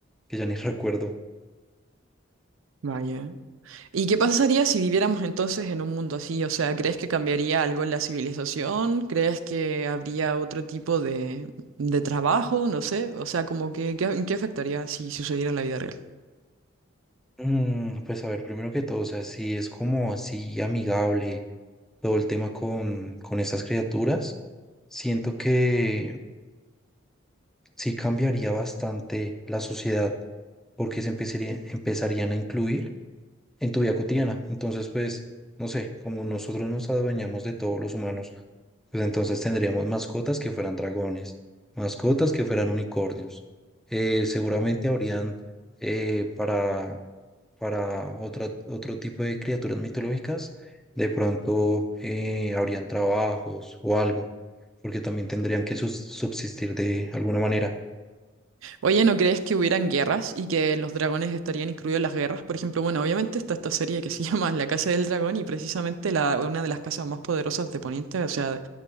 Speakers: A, in the centre; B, on the right (about 75°).
A: que ya ni <laughs> recuerdo.
B: Vaya. ¿Y qué pasaría si viviéramos entonces en un mundo así? O sea, ¿crees que cambiaría algo en la civilización? ¿Crees que habría otro tipo de, de trabajo? No sé. O sea, como que, ¿qué, en qué afectaría si sucediera en la vida real?
A: Mm, pues a ver, primero que todo, o sea, si es como así amigable todo el tema con, con estas criaturas, siento que sí cambiaría bastante la sociedad, porque se empezaría- empezarían a incluir. en tu vida cotidiana. Entonces, pues, no sé, como nosotros nos adueñamos de todos los humanos, pues entonces tendríamos mascotas que fueran dragones, mascotas que fueran unicornios. Eh, seguramente habrían eh, para, para otra- otro tipo de criaturas mitológicas, de pronto eh, habrían trabajos o algo, porque también tendrían que sus- subsistir de alguna manera.
B: Oye, ¿no crees que hubieran guerras y que los dragones estarían incluidos en las guerras? Por ejemplo, bueno, obviamente está esta serie que se <laughs> llama La Casa del Dragón y precisamente la, una de las casas más poderosas de Poniente, o sea, de,